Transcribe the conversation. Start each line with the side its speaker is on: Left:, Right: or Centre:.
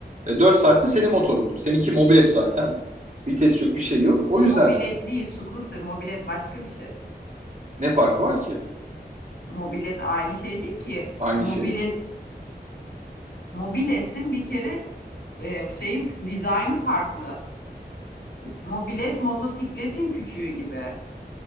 Right: E, dört saatte senin motorundur. Seninki mobilet zaten. Vites yok bir şey yok. O yüzden
Left: Mobilet değil, scooter. Mobilet başka bir şey.
Right: ne farkı var ki?
Left: Mobilet aynı şey değil ki.
Right: Aynı
Left: Mobilet
Right: şey.
Left: mobiletin bir kere e, şey dizaynı farklı. Mobilet motosikletin küçüğü gibi.